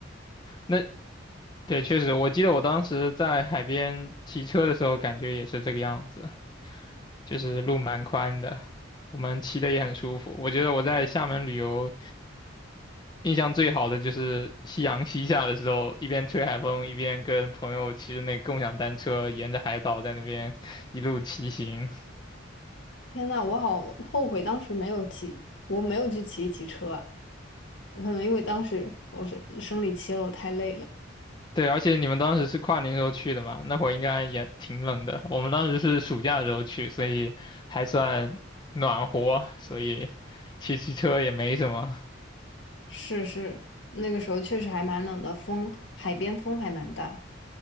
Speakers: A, on the left; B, on the left.
A: 那对，确实，我记得我当时在海边骑车的时候，感觉也是这个样子。就是路蛮宽的，我们骑的也很舒服。我觉得我在厦门旅游印象最好的就是夕阳西下的时候，一边吹海风，一边跟朋友骑着那个共享单车，沿着海岛在那边一路骑行。
B: 天呐，我好后悔当时没有骑，我没有去骑一骑车啊，可能因为当时我是生理期了，我太累了。
A: 对，而且你们当时是跨年时候去的嘛，那会儿应该也挺冷的。我们当时是暑假的时候去，所以还算暖和，所以骑骑车也没什么。
B: 是是，那个时候确实还蛮冷的，风，海边风还蛮大。